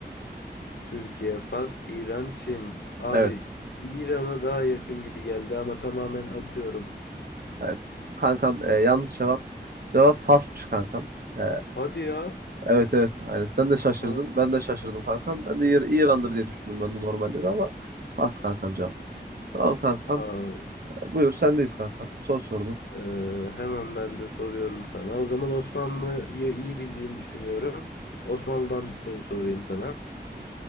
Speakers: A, on the left; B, on the right.
A: Türkiye, Fas, İran, Çin. Abi
B: Evet.
A: İran'a daha yakın gibi geldi ama tamamen atıyorum.
B: Evet. Kankam e, yanlış cevap. Cevap Fas'mış kankam. E,
A: Hadi ya.
B: evet evet. Aynen. Sen de şaşırdın.
A: Aa,
B: Ben de şaşırdım kankam. Ben de İr- İran'dır diye düşündüm ben de normalde de ama Fas kankam cevap. Tamam kankam.
A: Aa,
B: Buyur sendeyiz kankam. Sor sorunu.
A: e, hemen ben de soruyorum sana. O zaman Osmanlı'yı iyi bildiğini düşünüyorum. Osmanlı'dan bir soru sorayım sana.